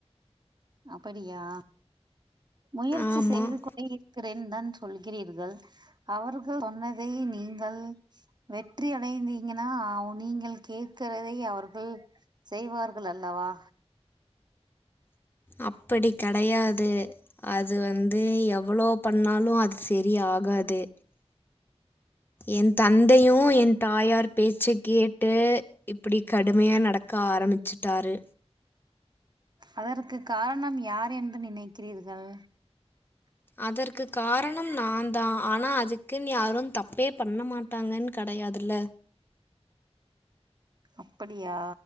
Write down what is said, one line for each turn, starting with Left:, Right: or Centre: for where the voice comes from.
Right: அப்படியா முயற்சி
Left: ஆமாம்
Right: செய்து கொண்டு இருக்கிறேன் தான் சொல்கிறீர்கள் அவர்கள் சொன்னதை நீங்கள் வெற்றி அடைந்தீங்கன்னா அ நீங்க நீங்கள் கேட்கிறதை அவர்கள் செய்வார்கள் அல்லவா
Left: அப்படி கடயாது அது வந்து எவ்வளோ பண்ணாலும் அது செரி ஆகாது என் தந்தையும் என் தாயார் பேச்ச கேட்டு இப்படி கடுமையா நடக்க ஆரம்பிச்சட்டாரு
Right: அதற்கு காரணம் யார் என்று நினைக்கிறீர்கள்
Left: அதற்கு காரணம் நான் தான் ஆனா அதுக்குன்னு யாரும் தப்பே பண்ண மாட்டா டாங்கனு கடையாதுல்ல
Right: அப்படியா